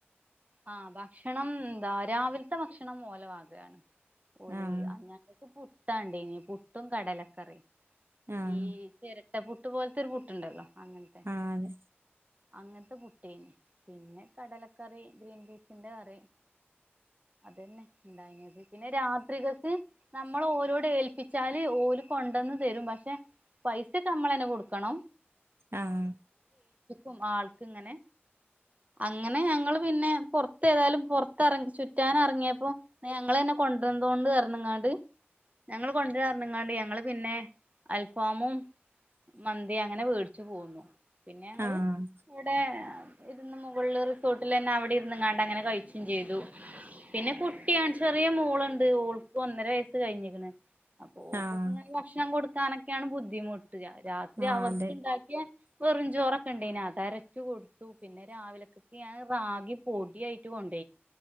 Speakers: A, on the right; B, on the right.
A: ആഹ ഭക്ഷണം എന്താ രാവിലത്തെ ഭക്ഷണം മഓലെ ആകുകയാണ് ഓല
B: ആഹ്
A: ങ്ങക്ക് പുട്ടാണ്ട ഇനി പുട്ടും കടലക്കറി
B: ആഹ്
A: ഈ ചിരട്ട പുുട്ട് പോലത്തെൊരു പുട്ടുണ്ടല്ലോ അങ്ങനത്തെ
B: ആഹ അതെ
A: അങ്ങനത്തെ പുട്ടേന പിന്നെ കടലക്കറി ഗ്രീൻ ബീഫന്റെ കറ അത്ന്നെ ഉണ്ടായിത് പിന്നെ ത്രികക്ക് നമ്മൾ ഓരോട ഏൽപ്പിച്ച വച്ചാല് ഓല് കൊണ്ടന്നന്ന് തരും പക്ഷെ പൈസക്കെ നമ്മളന്നെ കൊടുക്കണം
B: ആഹ്
A: ും ആൾക്ക ഇങ്ങനെ അങ്ങനെ ഞങ്ങൾ പിന്നെ പുറത്തേതായാലുംറത്ത് ചുറ ചുറ്റാൻ ഇറങ്ങിയപ്പോ ഞങ്ങള് തന്നെ കൊണ്ടുവന്നോണ്ട് കരണങ്ങാട് ഞങ്ങള്ൾ കൊണ്ട് തരണങ്ങാണ്ട് ഞങ്ങള് പിന്നെ അൽഫാമും മന്തി അങ്ങനെ മേടിച്ചു പോകുന്നു പിന്നെ ഞങ്ങള്
B: ആഹ്
A: ഇവിടെ ഇരുന്ന് മുകളള് റിസോർട്ടിൽ തന്നെ അവിടെ ഇരുന്ന്ങ്ങാണ്ട അങ്ങനെ കഴിച്ചും ചെയ്തു പിന്നെ കുട്ടിയാണ് ചെറിയ മോളുണ്ട് ഓൾക്ക് ഒന്നര വയസ്സ് കഴിഞ്ഞിരിക്കണ് അപ്പോൊപ്പൊക്ക
B: ആഹ്
A: ഇങ്ങനെ ഭക്ഷണം കൊടുക്കാനൊക്കെയാണ് ബുദ്ധിമുട്ടുക രാത്രി
B: ആഹ്
A: അവർക്ക്
B: അതെ
A: ഉണ്ടാക്കിയ വെറുംചോറൊക്കെ ഉണ്ടേെ അത് അരച്ചു കൊടുത്തു പിന്നെ രാവിലൊക്കൊക്കെ ഞാൻ ാകി പൊടിയായിട്ട് കൊണ്ട